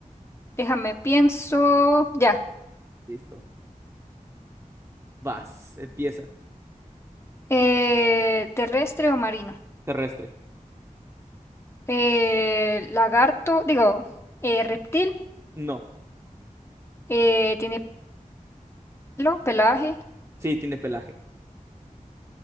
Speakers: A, on the left; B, on the right.
A: déjame, pienso. Ya.
B: Listo. Vas, empieza.
A: Eh, ¿terrestre o marino?
B: Terrestre.
A: Eh, lagarto, digo, eh, reptil.
B: No.
A: eh, ¿tiene pelo, pelaje?
B: Sí, tiene pelaje.